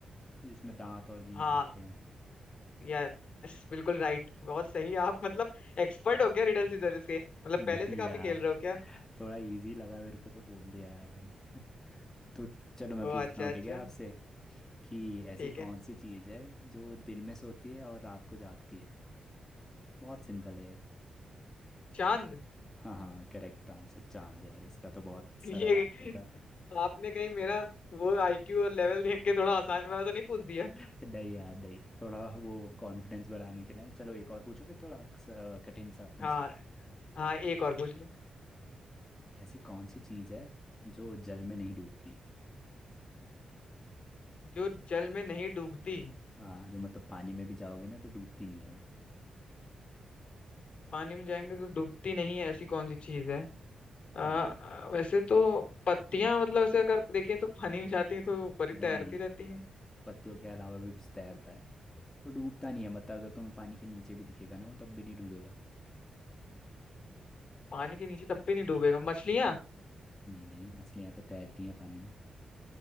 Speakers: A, on the left (about 20°); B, on the left (about 60°).
A: जिसमें दांत और जीभ
B: हाँ
A: रहते हैं
B: यस बिल्कुल राइट बहुत सही आप मतलब एक्सपर्ट हो क्या रिडल सिदल से
A: मुख
B: मतलब पहले
A: है नहीं
B: से
A: यार
B: काफी खेल रहे हो क्या
A: थोड़ा इजी लगा मेरे को तो बोल दिया यार मैंने <laughs> तो चलो मैं
B: ओ
A: पूछता
B: अच्छा
A: हूँ
B: अच्छा
A: ठीक है आपसे कि ऐसी
B: ठीक
A: कौन
B: है
A: सी चीज़ है जो दिन में सोती है और रात को जागती है बहुत सिंपल है ये।
B: चांद
A: हाँ हाँ करेक्ट आंसर चांद यार इसका तो बहुत सरल
B: <laughs> ये
A: आंसर था
B: आपने कहीं मेरा वो आईक्यू और लेवल देख के थोड़ा आसान वाला तो नहीं पूछ दिया
A: <laughs> नहीं यार नहीं थोड़ा वो कॉन्फिडेंस बढ़ाने के लिए ना। चलो एक और पूछो फिर थोड़ा स- कठिन सा तुमसे
B: हाँ हाँ एक और पूछ लो
A: ऐसी कौन सी चीज़ है जो जल में नहीं डूबती
B: जो जल में नहीं डूबती
A: हाँ जो मतलब पानी में भी जाओगे ना तो डूबती नहीं है वो
B: पानी में जाएंगे तो डूबती नहीं है ऐसी कौन सी चीज है आ,
A: हाँ
B: वैसे तो पत्तियां मतलब ऐसे अगर देखें तो पानी में जाती हैं तो ऊपर ही
A: नहीं
B: तैरती
A: नहीं
B: रहती हैं
A: पत्तियों के अलावा भी कुछ तैरता है वो डूबता नहीं है मतलब अगर तुम्हें पानी के नीचे भी दिखेगा ना वो तब भी नहीं डूबेगा
B: पानी के नीचे तब भी नहीं डूबेगा मछलियां
A: नहीं नहीं मछलियाँ तो तैरती हैं पानी में